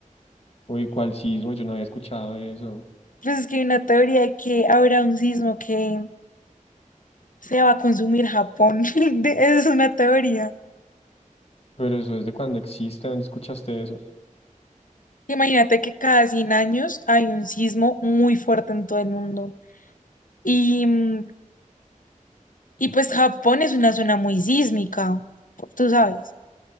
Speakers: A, on the left (about 45°); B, on the left (about 75°).
A: Uy, ¿cuál sismo? Yo no había escuchado eso.
B: Pues es que hay una teoría de que habrá un sismo que se va a consumir Japón. <laughs> De- Es una teoría.
A: Pero eso es de cuando existe. ¿Dónde escuchaste eso?
B: Imagínate que cada 100 años hay un sismo muy fuerte en todo el mundo. Y mm, Y pues Japón es una zona muy sísmica, tú sabes.